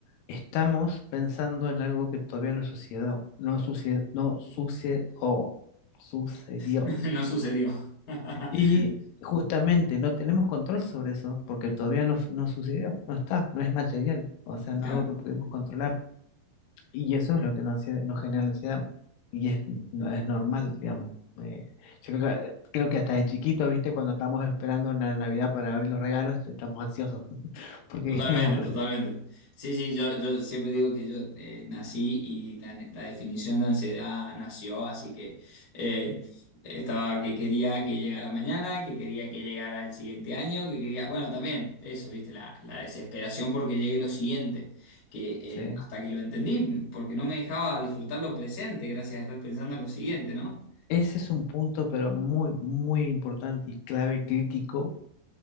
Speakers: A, on the left; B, on the left.
A: estamos pensando en algo que todavía no sucedió, no sucedió, no sucedió, sucedió.
B: <laughs> No sucedió.
A: Y
B: <laughs>
A: justamente no tenemos control sobre eso porque todavía no, fu- no sucedió, no está, no es material, o sea, no
B: Claro.
A: es algo que pudimos controlar. Y eso es lo que nos, hace- nos genera la ansiedad. Y es, no, es normal, digamos. Eh, yo creo que, creo que hasta de chiquito, ¿viste? Cuando estamos esperando la Navidad para abrir los regalos, estamos ansiosos <laughs> porque
B: Totalmente,
A: queremos abrir.
B: totalmente. Sí, sí, yo, yo siempre digo que yo eh, nací y la, la definición de ansiedad nació, así que eh, estaba que quería que llegara mañana, que quería que llegara el siguiente año, que quería, bueno, también eso, viste, la, la desesperación porque llegue lo siguiente, que
A: Sí.
B: eh, hasta que lo entendí, porque no me dejaba disfrutar lo presente gracias a estar pensando en lo siguiente, ¿no?
A: Ese es un punto, pero muy, muy importante y clave, crítico,